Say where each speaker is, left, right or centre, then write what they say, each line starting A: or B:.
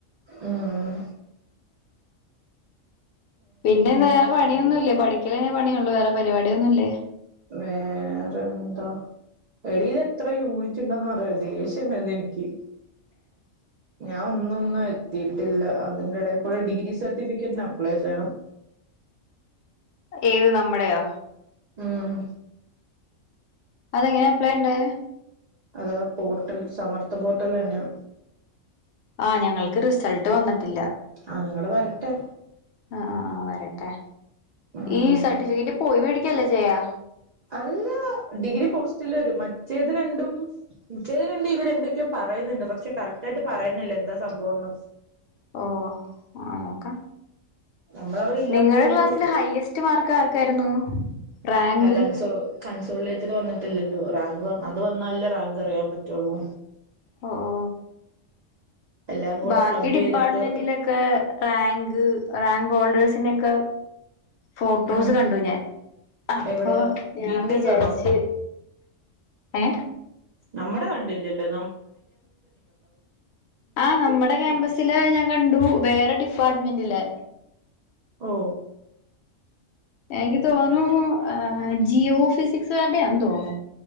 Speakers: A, on the right (about 70°); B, on the left (about 65°).
A: ഊം
B: പിന്നെന്ന് വേറെ പണിയൊന്നുംല്ലേ പഠിക്കലന്നെ പണിയൊള്ളൂ വേറെ പരിപാടിയൊന്നുല്ലേ
A: വേറെന്താ എടി ഇത് എത്ര യൂണിറ്റുണ്ടെന്ന് അറിയോ ദേഷ്യം വരുന്നു എനിക്ക്
B: <inaudible>
A: ഞാൻ ഒന്നൊന്നും എത്തിയിട്ടില്ല അതിന്റെ ഇടയിൽ കൂടെ ഡിഗ്രി സർട്ടിഫിക്കറ്റിന് അപ്ലൈ ചെയ്യണം
B: ഏത് നമ്മടെയാ
A: ഉം
B: അതെങ്ങനെ അപ്ലൈ ഉണ്ട്
A: അതാ പോോർട്ടൽ സമർത്ഥ ബോട്ടൽ തന്നെയ
B: ആഹ ഞങ്ങൾക്ക് റിസൾട്ട് വന്നിട്ടില്ല
A: ആ നിങ്ങള് വരട്ടെ
B: ആ ആ് വരട്ടെ
A: ഉം
B: ഈ സർട്ടിഫിക്കറ്റ് പോയി മേടിക്കല്ലോ ചെയയാ
A: അല്ല ഡിഗ്രി പോസ്റ്റൽ വരും മറ്റേത് രണ്ടും മറ്റേത് രണ്ടും ഇവരെന്തൊക്കെയോ പറ പറയുന്നുണ്ട് പക്ഷെ കറക്റ്റ് ആയിട്ട് പറയുന്നില്ല എന്താ സംഭവംന്ന്
B: ഓ ആ നോക്കാം
A: നമ്മളവിടെ ഇല്ലാത്തോണ്ട്
B: നിങ്ങളുടെ ക്ലാസ്സില് ഹയ്യസ്റ്റ് മാർക്ക് ആർക്കായിരുന്നു റാങ്ക്
A: ആ കൺസോ കൺസോളിലേറ്റെഡ് വന്ന് പല്ലല്ലോ റാങ്ക് അത് വന്നാലേ റാങ്ക് അറിയാൻ പറ്റുള്ളൂ
B: ഒ ഓ
A: എല്ലാം കൂടെ
B: ബാക്കി
A: ക്ലബ്
B: ഡിപ്പാർട്ട്മെന്റിലൊക്കെ
A: ചെയ്തിട്ട്
B: റാങ്ക് റാങ്ക് ഹോൾഡേഴ് സിന്റൊക്കെ ഫോട്ടോസ്
A: ഉം
B: കണ്ടു ഞാൻ അപ്പൊ
A: എവിടെയാ
B: ഞാൻ
A: ബിടെക്
B: വിചാരിച്ച്
A: ആണോ
B: ഏ
A: നമ്മുടെ വണ്ട് കണ്ടില്ലല്ലോ
B: ആ നമ്മുടെ ക്യാമ്പസ്സിൽ ഞാൻ കണ്ടു വേറെ ഡിപ്പാട്ട്മെന്റില്.
A: ഓ.
B: എനിക്ക് തോന്നുണൂ ഏ ജിയോ ഫിസിക്സ്കാരുടെയാന്ന് തോന്നു